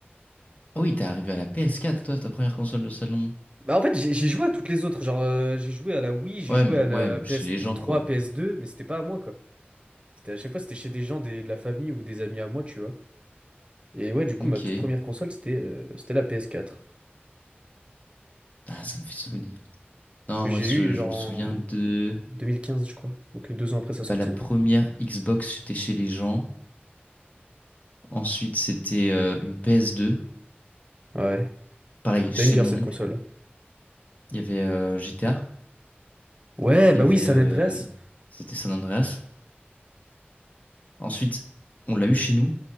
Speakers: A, on the left; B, on the right.
A: Ah oui, t'es arrivé à la PS4, toi, ta première console de salon.
B: Bah en fait, j'ai j'ai joué à toutes les autres. Genre, euh, j'ai joué à la Wii, j'ai
A: Ouais,
B: joué
A: m-
B: à la
A: ouais,
B: PS3,
A: chez les gens, quoi.
B: PS2, mais c'était pas à moi quoi. C'était à chaque fois, c'était chez des gens des- de la famille ou des amis à moi, tu vois. Et ouais, du coup,
A: Ok.
B: ma toute première console, c'était euh, c'était la PS4,
A: Ah, ça me fait souvenir. Non,
B: que j'ai
A: moi, je,
B: eue genre
A: je me
B: en
A: souviens de...
B: 2015, je crois. Donc euh, deux ans après sa sortie.
A: bah, la première Xbox, c'était chez les gens. Ensuite, c'était euh, une ps deux,
B: Ouais.
A: Pareil,
B: Banger
A: chez mon
B: cette
A: oncle.
B: console.
A: Il y avait euh, GTA.
B: Ouais,
A: Il
B: bah
A: y avait...
B: oui, San
A: euh,
B: Andreas.
A: C'était San Andreas. Ensuite, on l'a eu chez nous.